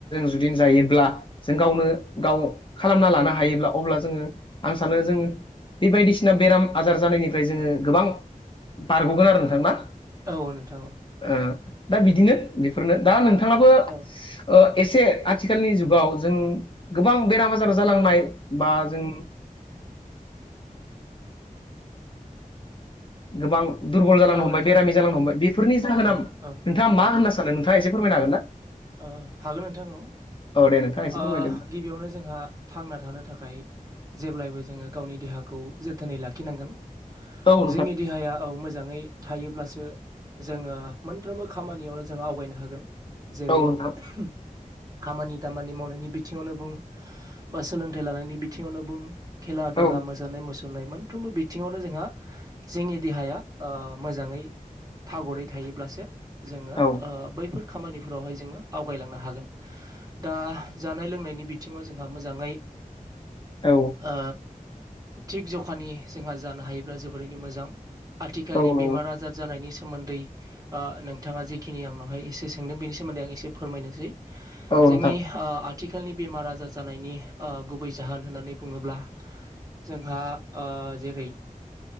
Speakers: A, on the left (about 35°); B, on the right (about 25°).
A: जुदि जायोब्ला जों गावनो गाव खालामना लानो हायोब्ला अब्ला जोङो आं सानो जोङो बे बायदिसिना बेराम आजार जानायनिफ्राय जोङो गोबां बारग'गोन आरो नोंथां ना?
B: औ नोंथां औ।
A: ओ दा बिदिनो बेफोरनो दा नोंथाङाबो
B: औ
A: ओ एसे आथिखालनि जुगाव जों गोबां बेराम आजार जालांनाय बा जों गोबां दुरबल जालांनो
B: औ
A: हमबाय
B: नोंथां
A: बेरामि जालांनो हमबाय बेफोरनि जाहोना
B: औ
A: नोंथाङा
B: औ
A: मा होनना सा नो नोंथा एसे फोरमायनो हागोन ना?
B: ओ हागोन नोंथां औ
A: औ दे नोंथाङा एसे
B: ओ
A: फोरमायदो
B: गिबियावनो जोंहा थांना थानो थाखाय जेब्लायबो जोङो गावनि देहाखौ जोथोनै लाखिनांगोन।
A: होमबा औ नोंथां
B: जोंनि देहाया औ मो जाङै थायोब्लासो जोङो मोनफ्रोमबो खामानियावनो जों आवगायनो हागोन। जेरै
A: औ नोंथां
B: <inaudible> खामानि दामानि मावनायनि बिथिङावनो बुं, बा सोलोंथाइ लानायनि बिथिङावनो बुं। खेला दुला
A: औ
B: मोजानाय मुसु रनाय मोनफ्रोमबो बिथिङावनो जोंहा जोंनि देहाया मोजाङै थागरै थायोब्लासो जोङो
A: औ
B: ओ बैफोर खामानि फोरावहाय जोङो आवगायलांनो हागोन। दा जानाय लोंनायनि बिथिङाव जोंहा मोजाङै
A: औ
B: ओ थिग जखानि जोंहा जानो हायोब्ला जोबोरैनो मोजां। आथिखालनि
A: औ नंगौ
B: बेमार आजार जानायनि सोमोन्दै ओ नोंथाङा जिखिनि आंनावहाय एसे सोंदों बेनि सोमोन्दै आं एसे फोरमायनोसै।
A: औ नोंथां
B: जोंनि ओ आ थिखालनि बेमार आजार जानायनि ओ गुबै जाहोन होननानै बुङोब्ला जोंहा ओ जेरै